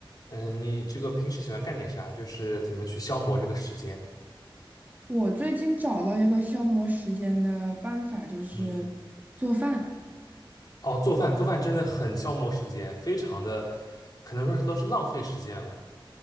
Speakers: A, on the left; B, on the right.
A: 嗯，你这个平时喜欢干点啥？就是怎么去消磨这个时间？
B: 我最近找到一个消磨时间的办法，就是做饭。
A: 嗯，哦，做饭，做饭真的很消磨时间，非常的，可能说是都是浪费时间了。